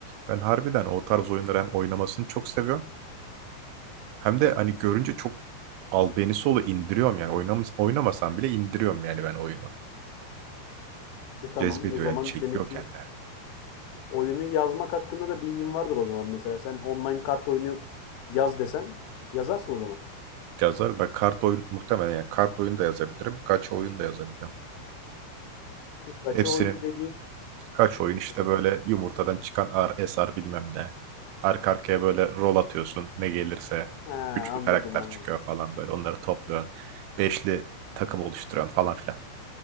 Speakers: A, on the right (about 80°); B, on the left (about 85°).
A: ben harbiden o tarz oyunları hem oynamasını çok seviyorum Hem de hani görünce çok albenisi olu indiriyorum yani. Oynamış, oynamasam bile indiriyorum yani ben oyunu.
B: E, tamam,
A: Cezbediyor
B: o zaman
A: yani çekiyor
B: demek ki
A: kendine.
B: Oyunu yazmak hakkında da bilgin vardır o zaman mesela. Sen online kart oyunu yaz desen yazarsın o zaman.
A: Yazar ben kart oyun muhtemelen yani kart oyunu da yazabilirim. Kaç oyun da yazabilirim.
B: Gacha
A: Hepsinin
B: oyun dediğin
A: kaç oyun işte
B: dur bakayım.
A: böyle yumurtadan çıkan ar esar bilmem ne. Arka arkaya böyle rol atıyorsun ne gelirse.
B: He, anladım
A: Güçlü karakter
B: anladım.
A: çıkıyor falan böyle onları topluyorsun. Beşli takım oluşturuyorsun falan filan.